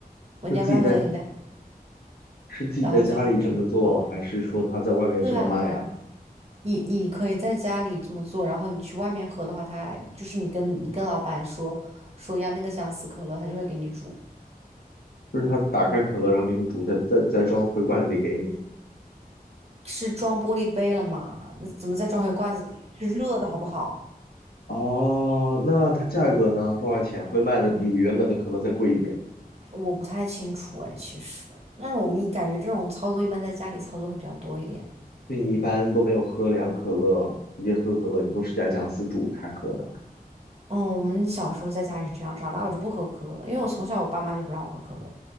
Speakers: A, on the right; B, on the left.
A: 问你要不要喝饮料，
B: 是自己在是自己在家里这么做，
A: 然后就是给你倒给你。
B: 还是说他在外面这么卖啊？
A: 对啊，对啊，你你可以在家里这么做，然后你去外面喝的话，他就是你跟你跟老板说说要那个姜丝可乐，他就会给你煮。
B: 就是他打开可乐，然后给你煮，再再再装回罐子里给你。
A: 是装玻璃杯了嘛？那怎么再装回罐子里？是热的好不好？
B: 哦，那它价格呢？多少钱？会卖的比原本的可乐再贵一点。
A: 我不太清楚哎，其实，但是我们一感觉这种操作一般在家里操作会比较多一点。
B: 就你一般都没有喝凉可乐，直接喝可乐，你都是加姜丝煮开喝的。
A: 嗯，我们小时候在家里是这样，长大我就不喝可乐了因为我从小我爸妈就不让我喝可乐。